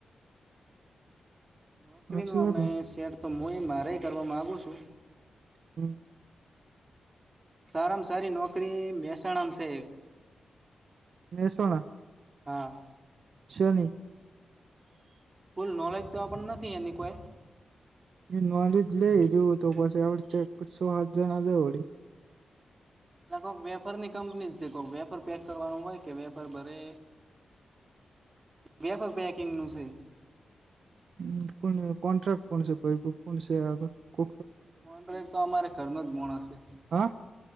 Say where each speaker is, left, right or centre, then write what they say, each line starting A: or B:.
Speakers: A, on the right; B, on the right.
A: નોકરી
B: સાચી
A: ન આપણે
B: વાત ને
A: સેટ તો હુંય મારે કરવા માગુ છું.
B: હમ
A: સારામાં સારી નોકરી મહેસાણામ છે.
B: મેસોણા
A: હા
B: શેની
A: ફૂલ નોલેજ તો આપણને નથી એની કોઈ
B: એ નલી જ લઈ જોું તો પાસે આવડ ચ સો સાત જણા જ ઓડી-'
A: એ કોઈક વેપાર ની કંપની છે કોક વેપાર પેક કરવાનું હોય કે વેપાર ભરે બેફર પેકિંગ નું છે.
B: હમ કો કોન્ટ્રાક્ટ કોણસે કો કો છે કો
A: કોટાકતો અમારે ઘરનો જ બણ હશે
B: હા